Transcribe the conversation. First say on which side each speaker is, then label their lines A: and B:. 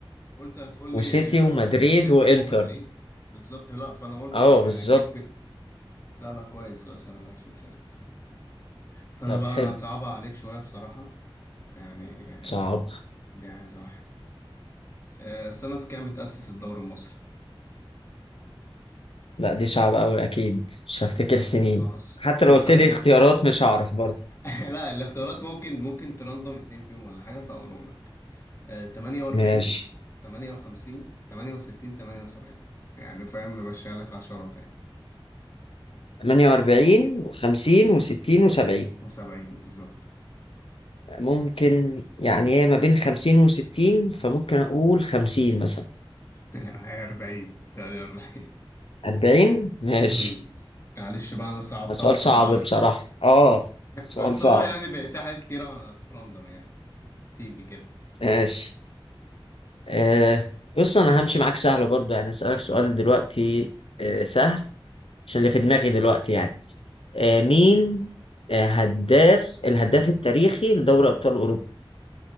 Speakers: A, on the left; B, on the left.
A: قلت هتقول
B: وسيتي
A: لي آه،
B: ومدريد
A: سيتي
B: وانتر
A: ومدريد بالظبط لا فانا قلت
B: اه
A: يعني
B: بالظبط
A: انا جيت بك لا لا كويس كويس انا ما قلتش اوبشنات فانا
B: طب
A: بقى
B: حلو
A: انا صعبة عليك شوية بصراحة يعني
B: صعب
A: دي عايزة واحد آه، سنة كام اتأسس الدوري المصري
B: لا دي صعبة قوي اكيد مش هفتكر سنين
A: خلاص
B: حتى لو
A: بص
B: قلت
A: هديك
B: لي اختيارات مش هعرف برضه
A: <laughs> لا الاختيارات ممكن ممكن ترندم اتنين فيهم ولا حاجة فاقولهم لك آه، 48
B: ماشي
A: 58 68 78 يعني فاهم بمشيها لك عشرات يعني
B: 48 و50 و60 و70
A: و70 بالظبط
B: ممكن يعني هي ما بين خمسين وستين فممكن أقول خمسين مثلا
A: <laughs> هي 40 48
B: أربعين ماشي
A: أمم. <laughs> معلش بقى انا صعبتها
B: ما سؤال
A: بسرعة
B: صعب
A: أوي
B: بصراحة
A: <laughs>
B: اه سؤال
A: بس
B: صعب
A: هو يعني بي- في حاجات كتيرة هتترندم يعني تيجي كده
B: ماشي آه بص أنا همشي معاك سهل برضه يعني هسألك سؤال دلوقتي آه سهل عشان اللي في دماغي دلوقتي يعني آه
A: طب
B: مين
A: ماشي
B: آه هداف الهداف التاريخي لدوري أبطال أوروبا